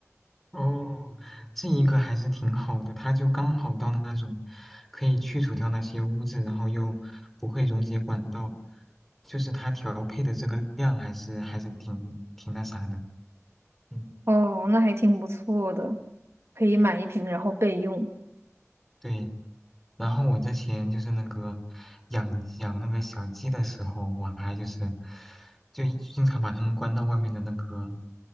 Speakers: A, in the centre; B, on the right.
A: 哦，这一个还是挺好的，它就刚好到那种可以去除掉那些污渍，然后又不会溶解管道，就是它调配的这个量还是还是挺挺那啥的。嗯，
B: 哦，那还挺不错的，可以买一瓶然后备用。
A: 对，然后我之前就是那个养养那个小鸡的时候，我还就是就经常把它们关到外面的那个